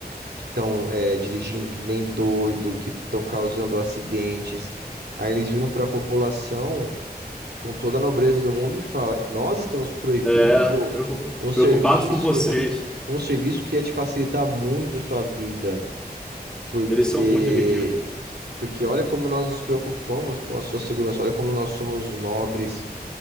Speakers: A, on the right (about 80°); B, in the centre.
A: que estão dirigindo que nem doido, que estão causando acidentes. Aí eles viram para a população com toda a nobreza do mundo e fala: "Nós estamos proibindo
B: É, preocu-
A: um serviço
B: preocupados com vocês.
A: que um serviço que ia te facilitar muito a sua vida, porque
B: Eles são muito ridículos.
A: porque olha como nós nos preocupamos com a sua segurança, olha como nós somos nobres,